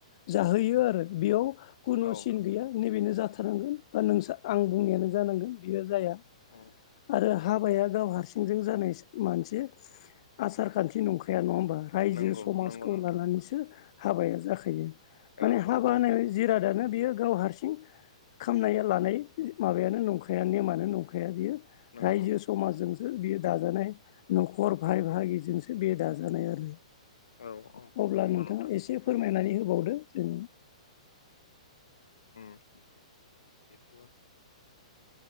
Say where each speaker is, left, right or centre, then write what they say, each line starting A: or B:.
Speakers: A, on the left (about 50°); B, on the left (about 85°).
A: जाहोयो आरो बेयाव खुनुसिन
B: औ
A: गैया नैबेनो जाथारनांगोन बा नों आं बुंनायानो
B: उम
A: जानांगोन बियो जाया
B: उम
A: आरो हाबाया
B: उम
A: गाव हार सिंजों जानाय मानसे आसार खान्थि नंखाया नङा ओमबा रायजो
B: नंगौ
A: समाजखौ
B: नंगौ नोंथां
A: लानानैसो हाबाया जाखायो माने
B: औ
A: हा
B: औ
A: बा होननाय जिरादानो बियो गाव हारसिं खामनाय लानाय माबायानो नंखाया नेमानो नंखाया बियो
B: नंगौ
A: रायजो समाजजोंसो बियो दाजानाय न'खर भाय
B: औ
A: बागिजोंसो बे दाजानाय आरो
B: औ औ
A: अब्ला
B: नंगौ
A: नोंथाङा
B: नोंथां
A: एसे फोरमायनानै होबावदो जों
B: उम जिहेथु ओ